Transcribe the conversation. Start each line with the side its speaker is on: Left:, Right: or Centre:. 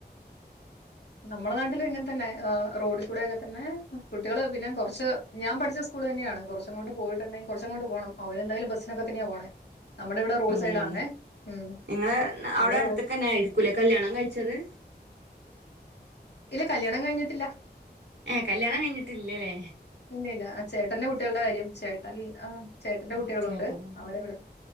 Left: നമ്മടെ നാട്ടില് ഇങ്ങനത്തന്നെ എഹ് റോഡികൂടെ ഒക്കെതന്നെ കുട്ട്യോള് പിന്നെ കൊറച്ച് ഞാൻപഠിച്ച സ്കൂള് തന്നെയാണ് കൊറച്ചങ്ങോട്ട് പോയിട്ടന്നേ കൊറച്ചങ്ങോട്ട് പോണം അവരെന്തായാലും ബസ്സിനൊക്കെ തന്നെയാ പോണേ നമ്മുടെ ഇവിടെ റോഡ്
Right: അങ്ങനെയാണ്
Left: സൈഡാണേ ഉം
Right: നിങ്ങള് അവിടെ
Left: ഇവിടെ
Right: അടുത്തക്കന്നെ
Left: റോ
Right: ആയിരിക്കൂലേ കല്യാണം കഴിച്ചത്
Left: ഇല്ല കല്യാണം കഴിഞ്ഞിട്ടില്ല
Right: ഏ കല്യാണം കഴിഞ്ഞിട്ടില്ലലെ
Left: ഇല്ല ഇല്ല അറ്റ് ചേട്ടന്റെ കുട്ടികൾടെ കാര്യം ചേട്ടൻ ആഹ് ചേട്ടന്റെ
Right: ആഹ്
Left: കുട്ടികളുണ്ട്
Right: ചേട്ടനും
Left: അവരെവിട